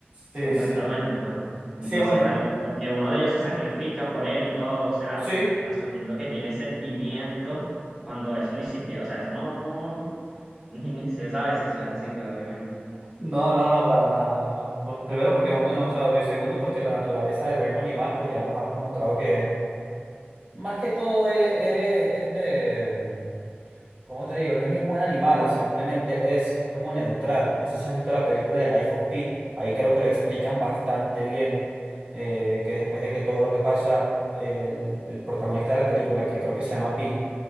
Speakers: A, on the right (about 35°); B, in the centre.
A: Sí,
B: supuestamente,
A: sí.
B: pues. Entonces,
A: Sí, bueno,
B: al- porque uno de ellos se sacrifica por él y todo, o sea,
A: sí.
B: asumiendo que tiene sentimientos, cuando eso ni siquiera, o sea, eso no, ni, ni se sabe si eso es así, pues, obviamente.
A: No, no, no, para nada. Por- primero porque es un dinosaurio y segundo porque la naturaleza del reino animal pues ya nos ha demostrado que más que todo es, es, este, mm, ¿cómo te digo? No es ni buen animal, ah, simplemente es, es como neutral. No sé si has visto la película de Life of Pi, ahí creo que lo explican bastante bien, eh, que después de que todo lo que pasa, el, el protagonista de la película, que creo que se llama Pi,